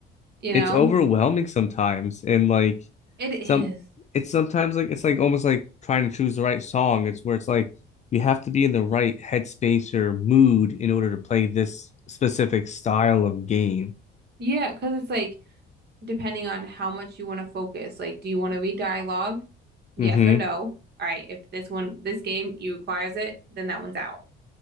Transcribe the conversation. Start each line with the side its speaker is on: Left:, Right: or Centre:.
Right: You
Left: It's
Right: know?
Left: overwhelming sometimes, and like
Right: It
Left: some,
Right: is.
Left: it's sometimes like it's like almost like trying to choose the right song. It's where it's like you have to be in the right headspace or mood in order to play this specific style of game.
Right: Yeah, because it's like depending on how much you want to focus. Like, do you want to read dialogue? Yes
Left: hmm
Right: or no? All right, if this one, this game, you requires it, then that one's out.